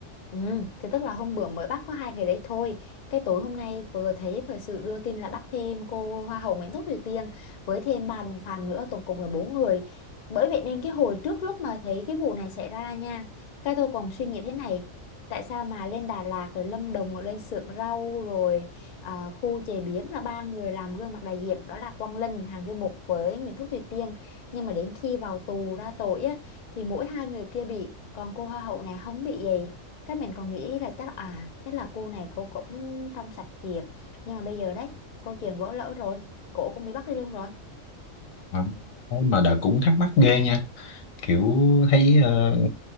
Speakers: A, on the left (about 50°); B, on the left (about 85°).
A: Ừ, thì tức là hôm bữa mới bắt có hai ngày đấy thôi. Cái tối hôm nay vừa thấy thời sự đưa tin là bắt thêm cô Hoa hậu Nguyễn Thúc Thùy Tiên với thêm ba đồng phạm nữa, tổng cộng là bốn người. Bởi vậy nên cái hồi trước lúc mà thấy cái vụ này xảy ra nha, cái tôi còn suy nghĩ thế này, tại sao mà lên Đà Lạt rồi Lâm Đồng rồi lên xưởng rau rồi à, khu chế biến là ba người làm gương mặt đại diện đó là Quang Linh, Hằng Du Mục với Nguyễn Thúc Thùy Tiên. Nhưng mà đến khi vào tù ra tội á thì mỗi hai người kia bị, còn cô Hoa hậu này không bị gì cái mình còn nghĩ là chắc à chắc là cô này cô cũng trong sạch thiệt nhưng mà bây giờ đấy câu chuyện vỡ lỡ rồi cổ cũng bị bắt đi luôn rồi
B: À, thế mà đã cũng thắc mắc ghê nha. Kiểu thấy ờ,